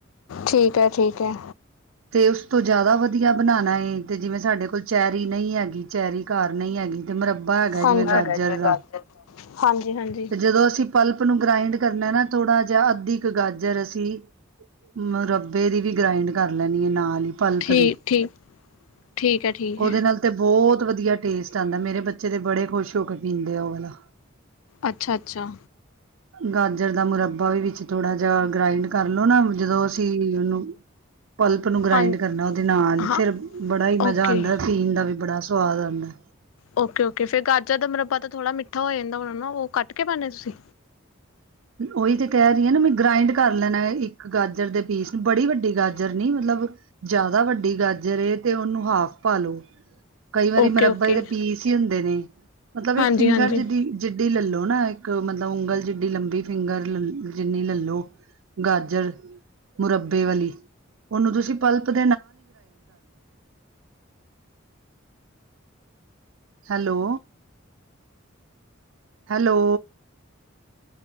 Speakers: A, on the left; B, on the right.
A: ਠੀਕ ਹੈ, ਠੀਕ ਹੈ,
B: ਤੇ ਉਸ ਤੋਂ ਜ਼ਿਆਦਾ ਵਧੀਆ ਬਣਾਣਾ ਏ, ਤੇ ਜਿਵੇਂ ਸਾਡੇ ਕੋਲ ਚੈਰੀ ਨਹੀਂ ਹੈਗੀ ਚੈਰੀ, ਘਰ ਨਹੀਂ ਹੈਗੀ, ਤੇ ਮੁਰੱਬਾ ਹੈਗਾ
A: ਹਾਂਜੀ।
B: ਜਿਵੇਂ ਗਾਜਰ
A: ਜਿਵੇਂ
B: ਦਾ।
A: ਗਾਜਰ ਹਾਂਜੀ-ਹਾਂਜੀ
B: ਤੇ ਜਦੋਂ ਅਸੀਂ ਪਲਪ ਨੂੰ ਗ੍ਰਾਇੰਡ ਕਰਨਾ ਨਾ ਥੋੜ੍ਹਾ ਜਿਹਾ ਤੇ ਇੱਕ ਗਾਜਰ ਅਸੀਂ, ਮੁਰੱਬੇ ਦੀ ਵੀ ਗ੍ਰਾਇੰਡ ਕਰ ਲੈਣੀ ਆ ਨਾਲ ਹੀ, ਪਲਪ
A: ਠੀਕ-ਠੀਕ,
B: ਦੇ
A: ਠੀਕ ਹੈ, ਠੀਕ
B: ਉਹਦੇ
A: ਹੈ,
B: ਨਾਲ ਤੇ ਬਹੁਤ, ਬਹੁਤ ਵਧੀਆ ਟੇਸਟ ਆਦਾ, ਮੇਰੇ ਬੱਚੇ ਤੇ ਬੜੇ ਖੁਸ਼ ਹੋ ਕੇ ਪੀਂਦੇ ਆ ਉਹ ਵਾਲਾ।
A: ਅੱਛਾ, ਅੱਛਾ।
B: ਗਾਜਰ ਦਾ ਮੁਰੱਬਾ ਵੀ ਵਿੱਚ ਥੋੜਾ ਜਿਹਾ ਗ੍ਰਾਇੰਡ ਕਰਲੋ ਨਾ, ਜਦੋਂ ਅਸੀਂ ਉਹਨੂੰ ਪਲਪ ਨੂੰ ਗ੍ਰਾਇੰਡ
A: ਹਾਂ,
B: ਕਰਨਾ ਉਹਦੇ ਨਾਲ ਹੀ,
A: ਹਾਂ
B: ਫੇਰ ਬੜਾ ਹੀ ਮਜ਼ਾ
A: ਓਕੇ।
B: ਆਉਂਦਾ ਹੈ, ਪੀਣ ਦਾ ਵੀ ਬੜਾ ਸਵਾਦ ਆਂਦੈ।
A: ਓਕੇ-ਓਕੇ, ਫਿਰ ਗਾਜਰ ਦਾ ਮਰੱਬਾ ਤਾਂ ਥੋੜ੍ਹਾ ਮਿੱਠਾ ਹੋ ਜਾਂਦਾ ਹੋਣਾ ਨਾ? ਉਹ ਕੱਟ ਕੇ ਪਾਉਂਦੇ ਤੁਸੀਂ?
B: ਉਹੀ ਤੇ ਕਹਿ ਰਹੀ ਹਾਂ ਨਾ ਮੈਂ, ਗ੍ਰਾਇੰਡ ਕਰ ਲੈਣਾ ਇੱਕ ਗਾਜਰ ਦੇ ਪੀਸ ਨੂੰ ਬੜੀ ਵੱਡੀ ਗਾਜਰ ਨੀ ਮਤਲਬ ਜ਼ਿਆਦਾ ਵੱਡੀ ਗਾਜਰ ਏ, ਤੇ ਉਹਨੂੰ ਹਾਫ ਪਾ ਲੋ। ਕਈ ਵਾਰੀ
A: ਓਕੇ-ਓਕੇ,
B: ਮੁਰੱਬੇ ਦੇ ਪੀਸ ਹੀ ਹੁੰਦੇ ਨੇ, ਮਤਲਬ ਇੱਕ
A: ਹਾਂਜੀ-ਹਾਂਜੀ।
B: ਫਿੰਗਰ ਜਿਦੀ ਜਿੱਡੀ ਲੈਲੋ। ਨਾ ਇੱਕ ਮਤਲਬ ਉਂਗਲ ਜਿਡੀ ਲੰਬੀ, ਫਿੰਗਰ ਜਿੰਨੀ ਲੈਲੋ ਗਾਜਰ। ਮੁਰੱਬੇ ਵਾਲੀ, ਉਹਨੂੰ ਤੁਸੀਂ ਪਲਪ <inaudible> ਹੈਲੋ? ਹੈਲੋ?